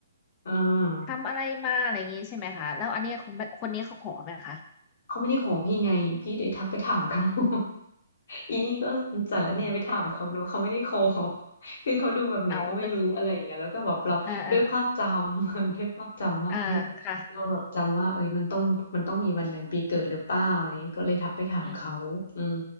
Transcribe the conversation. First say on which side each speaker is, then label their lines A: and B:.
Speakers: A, on the left (about 60°); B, on the left (about 30°).
A: อ่า
B: ทำอะไรมาอะไรอย่างงี้ใช่ไหมคะแล้วอันเนี้ยคนคนนี้เขาขอไหมคะ
A: เขาไม่ได้ขอพี่ไงพี่ได้ทักไปถามเขา <laughs> อีนี่ก็สารเนี่ยไปถามเขาเนอะเขาไม่ได้ขอ
B: อืม
A: <laughs> คือเขาดูแบบไหนก็ไม่รู้อะไรอย่างเงี้ยแล้วก็แบบเราด้วยภาพจำ
B: เอาแต่อ่าอ่า
A: <laughs> ด้วยภาพจำว่าเฮ้ย
B: อ่าค่ะ
A: เราแบบจำว่าเอ้ยมันต้องมันต้องมีวันเดือนปีเกิดหรือเปล่าอะไรอย่างเงี้ยก็เลยทักไปถามเขาอืม
B: อืม